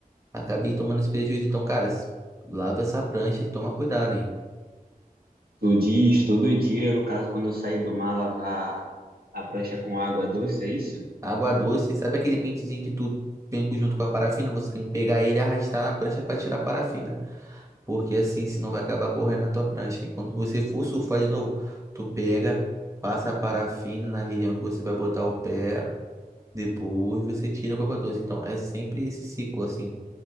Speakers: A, on the right; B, on the right.
A: acabei tomando esse prejuízo. Então, cara, s- lava essa prancha e toma cuidado, hein?
B: Tu diz todo dia, no caso, quando eu sair do mar lavar a prancha com água doce, é isso?
A: Água doce, sabe aquele pentezinho que tu tem junto com a parafina? Você tem que pegar ele e arrastar na prancha pra tirar a parafina. Porque assim, senão vai acabar correndo na tua prancha. E quando você for surfar de novo, tu pega, passa a parafina na região que você vai botar o pé, depois você tira com água doce. Então é sempre esse ciclo assim